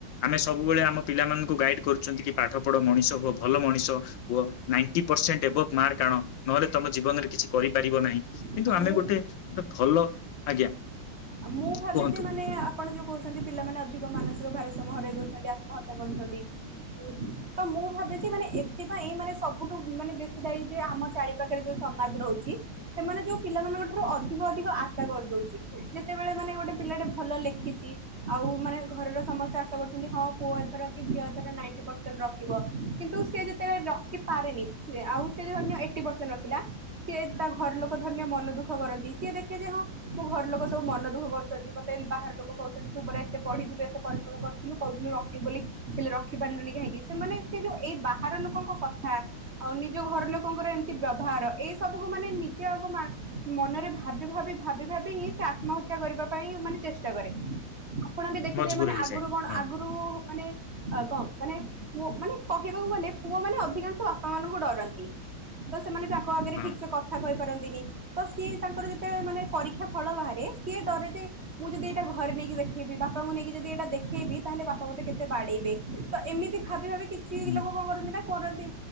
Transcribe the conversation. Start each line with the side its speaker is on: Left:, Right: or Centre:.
Left: ଆମେ ସବୁବେଳେ ଆମ ପିଲାମାନଙ୍କୁ ଗାଇଡ଼ କରୁଚନ୍ତି କି ପାଠ ପଢ଼ ମଣିଷ ହୁଅ ଭଲ ମଣିଷ କୁଅ ନାଇଟି ପସେଣ୍ଟ ଆଣ ନହେଲେ ତମ ଜୀବନରେ କିଛି କରିପାରିବ ନାଇଁ
Right: ଆଜ୍ଞା
Left: କିନ୍ତୁ ଆମେ
Right: ମୁଁ
Left: ଗୋଟେ ଭଲ ଆଜ୍ଞା
Right: ମୁଁ ଭାବିଚି
Left: କୁହନ୍ତୁ
Right: ମାନେ ଆ ଆପଣ ଯୋଉ କହୁଚନ୍ତି ପିଲାମାନେ ଅଧିକ ମାନସିକ ଭାରସ୍ୟମ ହରାଇ ଦଉଚନ୍ତି ଆତ୍ମହତ୍ୟା କରୁଚନ୍ତି ହୁଁ ତ ମୁଁ ଭାବିଚି ମାନେ ଏଥିପାଇଁ ମାନେ ସବୁଠୁ ମାନେ ବେଶୀ ଦାଇ ଯେ ଆମ ଚାରି ପାଖରେ ଯୋଉ ସମାଜ ରହୁଚି ସେମାନେ ଯୋଉ ପିଲାମାନାନଙ୍କ ଠାରୁ ଅଧିକ ଅଧିକ ଆଶା କରିଦଉଚି ଯେତେବେଳେ ମାନେ ଗୋଟେ ପିଲାଟେ ଭଲ ଲେଖିଚି ଆଉ ମାନେ ଘରର ସମସ୍ତେ ଆଶା କରୁଚନ୍ତି ହଁ ପୁଅ ଏଥର କି ଝିଅ ଏଥର ନାଇଟି ପସେଣ୍ଟ ରଖିବ କିନ୍ତୁ ସେଯେ ତେ ରଖି ପାରେନି ସେ ଆଉ ସେଯେ ଧରିନିୟ ଏଇଟି ପସେଣ୍ଟ ରଖିଲା ସିଏ ତା ଘର ଲୋକ ଧରିନିୟ ମନ ଦୁଃଖ କରନ୍ତି ସିଏ ଦେଖେ ଯେ ହଁ ମୋ ଘର ଲୋକ ସବୁ ମନ ଦୁଃଖ କରୁଚନ୍ତି ମତେ ବାହାର ଲୋକ କହୁଚନ୍ତି ତୁ ପରା ଏତେ ପଢ଼ିଥିଲୁ ଏତେ ପରିଶ୍ରମ କରିଥିଲୁ କହୁଥିଲୁ ରଖିବୁ ବୋଲି ହେଲେ ରଖି ପାରୁଲୁନି କାହିଁକି ସେମାନେ ସେ ଯୋଉ ଏଇ ବାହାର ଲୋକଙ୍କ କଥା ଆଉ ନିଜ ଘର ଲୋକଙ୍କର ଏମି ତି ବ୍ୟବହାର ଏଇ ସବୁକୁୁ ମାନେ ନିଜେ ବାପ ମା ମନରେ ଭାବି ଭାବି ଭାବି ଭାବି ହିଁ ଆସି ଆତ୍ମହତ୍ୟା କରିବା ପାଇଁ ମାନେ ଚେଷ୍ଟା କରେ ଆପଣ ବି ଦେଖିଦେବେ
Left: ମଜବୁର
Right: ମାନେ
Left: ହେଇଯାଏ
Right: ଆଗରୁ କଣ
Left: ହଁ
Right: ଆଗରୁ ମାନେ ଆଉ କଁ ମାନେ ପୁଅ ମାନେ କହିବାକୁ ଗଲେ ପୁଅ ମାନେ ଅଧିକାଂଶ ବାପା ମାନଙ୍କୁ ଡ଼ରନ୍ତି। ତ ସେମାନେ ତାଙ୍କ ଆଗରେ
Left: ହଁ।
Right: ଠିକ୍ ସେ କ କଥା କହିପାରନ୍ତିନି ତ ସିଏ ତାଙ୍କର ଯେତେବେଳେ ମାନେ ପରୀକ୍ଷା ଫଳ ବାହାରେ ସିଏ ଡ଼ରେ ଯେ। ମୁଁ ଯଦି ଏଇଟା ଘରେ ନେଇକି ଦେଖେଇବି ବାପାଙ୍କୁ ନେଇକି ଯଦି ଏଇଟା ଦେଖେଇବି ତାହେଲେ ବାପା ମତେ କେତେ ବାଡ଼େଇବେ। ତ ଏମିତି ଭାବି ଭାବି କିଛି
Left: ହୁଁ।
Right: ଲୋକ କଣ କରନ୍ତି ନା କରନ୍ତି